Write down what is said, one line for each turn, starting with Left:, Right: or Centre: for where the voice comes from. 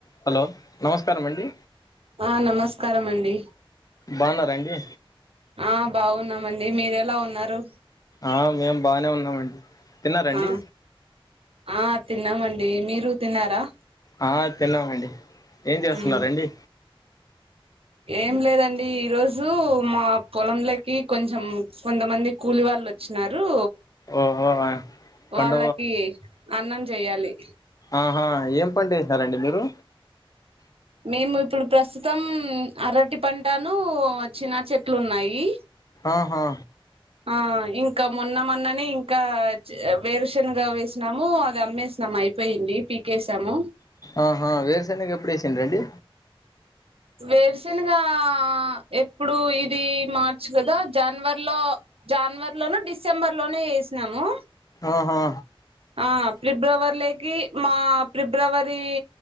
Left: Hello నమస్కారం అండి
Right: ఆ నమస్కారం అండి
Left: బాగున్నారాండి
Right: ఆ బాగున్నామండి మీరు ఎలా ఉన్నారు
Left: ఆ మేము బానే ఉన్నామండి తిన్నారండి
Right: ఆ ఆ తిన్నామండి మీరు తిన్నారా
Left: ఆ తిన్నామండి ఏం చేస్తున్నారుండి
Right: ఉమ్ ఏం లేదండి ఈరోజు మా పొలంలకి కొంచెం కొంతమంది కూలి వాళ్ళు వచ్చ వచ్చినారు
Left: ఓహో పండ
Right: వాళ్ళకి అన్నం చేయాలి
Left: ఆహా ఏం ఏం పంట ఏసినారండి మీరు
Right: మేము ఇప్పుడు ప్రస్తుతం అరటి పంటను చినా చెట్లు ఉన్నాయి
Left: ఆహా
Right: ఆ ఇంకా మొన్న మొన్ననే ఇంకా వేరుషన్గా వేసినాము అది అమ్మేసినాము అయిపోయింది పీకేేశాము
Left: ఆహా వేరశనిగా ఎప్పుడు వేసింద్రుండి
Right: వేరాశనుగా ఎప్పుడు ఇది మార్చ్ కదా జనవరిలో జ జనవరిలోనో డిసెంబర్లోనో ఏసినాము
Left: ఆహా
Right: ఆ ఫిబ్రవరిలో కి మా ఫిబ్రవరి